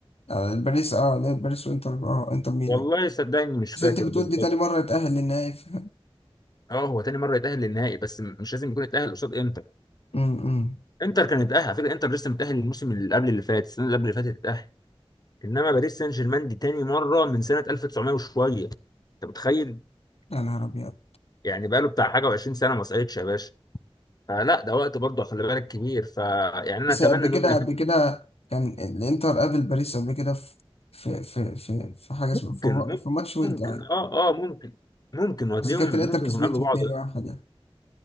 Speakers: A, on the left; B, on the left.
A: آه. باريس اه لا باريس وإنتر اه إنتر ميلان
B: والله صدقني مش فاكر
A: بس أنت بتقول
B: بالظبط
A: دي تاني مرة يتأهل للنهائي ف-
B: اه هو تاني مره يتاهل للنهائي بس م- مش لازم يكون يتاهل قصاد انتر
A: امم
B: انتر كان يتاهل على فكره انتر لسه متاهل الموسم اللي قبل اللي فات السنه اللي قبل اللي فاتت اتاهل انما باريس سان جيرمان دي تاني مره من سنه 1900 وشويه انت متخيل
A: يا نهار أبيض
B: يعني بقاله بتاع حاجه و20 سنه ما صعدش يا باشا فلا ده وقت برضه خلي بالك كبير فيعني انا
A: بس
B: اتمنى
A: قبل
B: ان
A: كده
B: هم
A: قبل كده كان الإنتر قابل باريس قبل كده في في في في, في حاجة اسمها
B: ممكن
A: في, في ماتش ود
B: ممكن
A: يعني
B: اه اه ممكن ممكن وهتلاقيهم
A: بس كانت الإنتر
B: ممكن
A: كسبتها
B: يكونوا قابلوا
A: 2-1
B: بعض
A: يعني